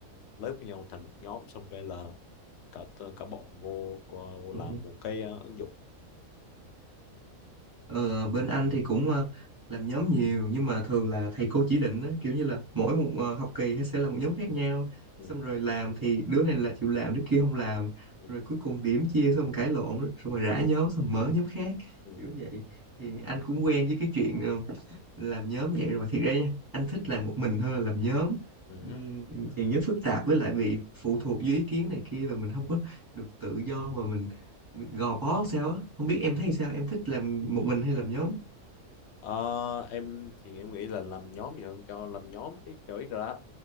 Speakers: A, on the left (about 65°); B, on the right (about 20°).
A: lớp với nhau thành một nhóm xong cái là cả cả bọn vô vô
B: Ừ.
A: làm một cái ờ, ứng dụng
B: Ờ, bên anh thì cũng ờ, làm nhóm nhiều nhưng mà thường là thầy cô chỉ định á, kiểu như là mỗi một ờ, học kỳ sẽ là một nhóm khác nhau
A: ừ.
B: xong rồi làm thì đứa này là chịu làm đứa kia không làm
A: Ừ.
B: rồi cuối cùng điểm chia xong cãi lộn xong rồi rã nhóm xong mở nhóm khác
A: Ừ.
B: kiểu vậy thì anh cũng quen với cái chuyện ờ, làm nhóm vậy rồi thiệt ra nha, anh thích làm một mình hơn là làm nhóm
A: Ừ.
B: Ừm, Làm nhóm phức tạp với lại bị phụ thuộc dưới ý kiến này kia và mình không có được tự do mà mình, mình gò bó làm sao á không biết em thấy sao em thích làm một mình hay làm nhóm
A: Ờ, em thì em nghĩ là làm nhóm gì hơn cho làm nhóm cái chỗ ra á,